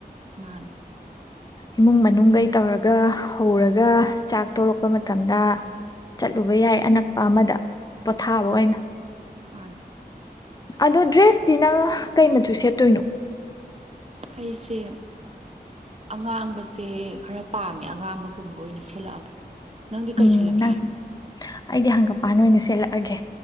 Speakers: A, on the right; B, on the left.
A: ꯃꯥꯅꯦ
B: ꯏꯃꯨꯡ ꯃꯅꯨꯡꯒꯩ ꯇꯧꯔꯒ ꯍꯧꯔꯒ ꯆꯥꯛ ꯇꯣꯛꯂꯛꯄ ꯃꯇꯝꯗ ꯆꯠꯂꯨꯕ ꯌꯥꯏ ꯑꯅꯛꯄ ꯑꯃꯗ ꯄꯣꯊꯥꯕ ꯑꯣꯏꯅ
A: ꯃꯅꯦ
B: ꯑꯗꯣ ꯗ꯭ꯔꯦꯁꯇꯤ ꯅꯪ ꯀꯩ ꯃꯆꯨ ꯁꯦꯠꯇꯣꯏꯅꯣ
A: ꯑꯩꯁꯦ ꯑꯉꯥꯡꯕꯁꯦ ꯈꯔ ꯄꯥꯝꯃꯦ ꯑꯉꯥꯡꯕꯒꯨꯝꯕ ꯑꯣꯏꯅ ꯁꯦꯠꯂꯛꯑꯒꯦ ꯅꯪꯗꯤ
B: ꯎꯝ
A: ꯀꯩꯁꯜꯂꯛꯀꯦ
B: ꯅꯪ
A: ꯍꯥꯏ
B: ꯑꯩꯗꯤ ꯍꯪꯒꯄꯥꯟ ꯑꯣꯏꯅ ꯁꯦꯜꯂꯛꯑꯒꯦ